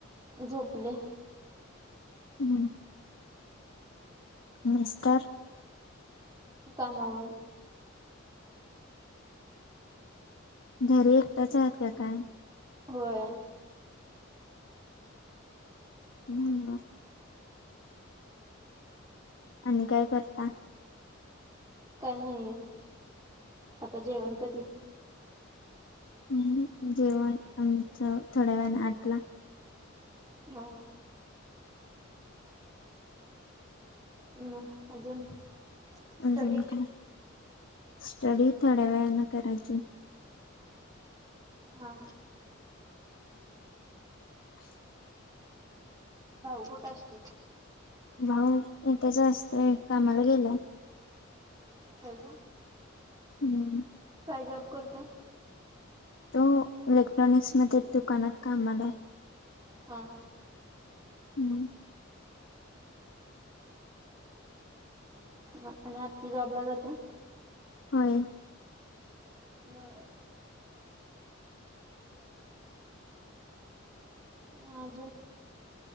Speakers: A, on the right; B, on the left.
A: झोपले
B: हम्म मिस्टर
A: कामावर
B: घरी
A: हम्म.
B: एकट्याच आहेतात का काय
A: होय
B: हम् आणि काय करता
A: काय नाही आता जेवण कधी
B: ह् जेवण आमचं थोड्या वेण आटला
A: हा म अजून स्टडी
B: अजून काय स्टडी थोड्या वेळने करायची
A: हा
B: <unintelligible>
A: गोठ असते
B: भाऊ त्याच असतय कामाला गेलाय
A: कवच
B: हम्म
A: काय जॉब करते
B: तो इलेक्ट्रॉनिक्समध्येध्ये दुकानात कामलाय
A: हा ह
B: हम्म
A: हा आणि आती जाबला जाते
B: हो
A: म हजर